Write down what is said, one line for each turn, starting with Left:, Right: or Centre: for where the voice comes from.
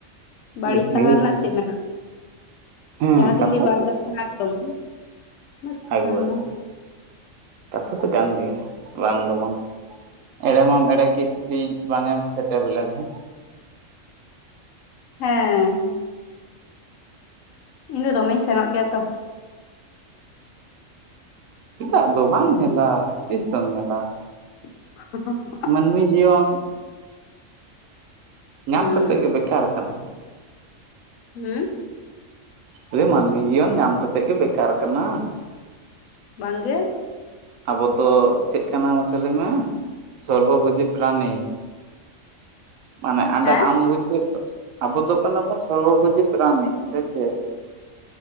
Left: ᱵᱟᱹᱲᱤᱡ
Right: ᱵᱮᱥ
Left: ᱛᱟᱦᱮᱸ
Right: ᱜᱮ
Left: ᱨᱮᱱᱟᱜ ᱪᱮᱫ ᱢᱮᱱᱟᱜᱼᱟ᱾
Right: ᱦᱮᱸ
Left: ᱡᱟᱦᱟᱸ ᱛᱤᱱ
Right: ᱠᱟᱛᱷᱟ
Left: ᱜᱤ ᱵᱟᱧᱪᱟᱣ ᱛᱟᱦᱮᱱᱟ ᱮᱠᱫᱚᱢ᱾ ᱢᱚᱸᱡᱽ ᱛᱮ
Right: ᱟᱹᱜᱩ
Left: ᱛᱟᱦᱮᱱ
Right: ᱟᱹᱫᱤ,
Left: ᱢᱟ
Right: ᱠᱟᱛᱷᱟ ᱫᱚ ᱠᱟᱱ ᱜᱮᱭᱟ ᱵᱟᱝ ᱫᱚ ᱵᱟᱝ᱾ ᱮᱲᱮ ᱢᱟᱢ ᱮᱲᱮ ᱠᱤᱫᱤᱧ ᱵᱟᱝ ᱮᱢ ᱥᱮᱴᱮᱨ ᱞᱮᱱ ᱦᱟᱸ᱾
Left: ᱦᱮᱸ᱾ ᱤᱧ ᱫᱚ ᱫᱚᱢᱮᱧ ᱥᱮᱱᱚᱜ ᱜᱮᱭᱟ ᱛᱚ᱾
Right: ᱪᱤᱫᱟᱜ ᱫᱚ ᱵᱟᱢ ᱧᱮᱞᱟ ᱛᱤᱥ ᱫᱚᱢ ᱧᱮᱞᱟ?
Left: <inaudible>
Right: ᱢᱟᱹᱱᱢᱤ ᱡᱤᱭᱚᱱ ᱧᱟᱢ
Left: ᱦᱩᱸ
Right: ᱠᱟᱛᱮᱜ ᱜᱮ ᱵᱮᱠᱟᱨ ᱠᱟᱱᱟ᱾
Left: ᱦᱩᱸ
Right: ᱞᱟᱹᱭ ᱢᱟᱹᱱᱢᱤ ᱡᱤᱭᱚᱱ ᱧᱟᱢ ᱠᱟᱛᱮᱜ ᱜᱮ ᱵᱮᱠᱟᱨ ᱠᱟᱱᱟ?
Left: ᱵᱟᱝ ᱜᱮ᱾
Right: ᱟᱵᱚ ᱫᱚ ᱪᱮᱫ ᱠᱟᱱᱟ ᱢᱟᱥᱮ ᱞᱟᱹᱭ ᱢᱮ, ᱥᱚᱨᱵᱚᱵᱷᱩᱡᱤ ᱯᱨᱟᱱᱤ᱾ ᱢᱟᱱᱮ ᱟᱸᱰᱮ
Left: ᱦᱮᱸ
Right: ᱟᱢ ᱵᱩᱡᱷᱟᱹᱣ ᱟᱵᱚ ᱫᱚ ᱠᱟᱱᱟ ᱵᱚᱱ ᱥᱚᱨᱵᱚᱵᱷᱩᱡᱤ ᱯᱨᱟᱱᱤ ᱥᱮ ᱪᱮᱫ᱾